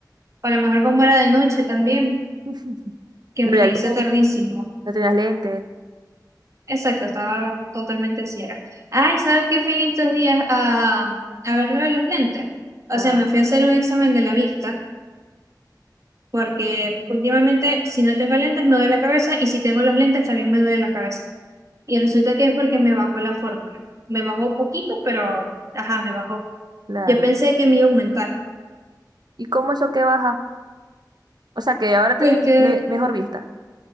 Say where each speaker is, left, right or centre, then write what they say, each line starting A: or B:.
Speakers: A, on the right (about 45°); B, on the right (about 70°).
A: O a lo mejor como era de noche también,
B: <laughs>
A: que
B: No
A: me
B: había
A: la hice
B: luz,
A: tardísimo.
B: no tenías lentes.
A: Exacto, estaba totalmente ciega. Ay, ¿sabes qué fui en estos días a, a ver lo de los lentes? O
B: Ah,
A: sea, me fui a hacer un examen de la vista. porque últimamente si no tengo lentes me duele la cabeza y si tengo los lentes también me duele la cabeza. Y resulta que es porque me bajó la fórmula. Me bajó poquito, pero ajá, me bajó.
B: claro.
A: Yo pensé que me iba a aumentar.
B: ¿Y cómo eso que baja? O sea, que ahora tenés
A: Porque,
B: me- mejor vista.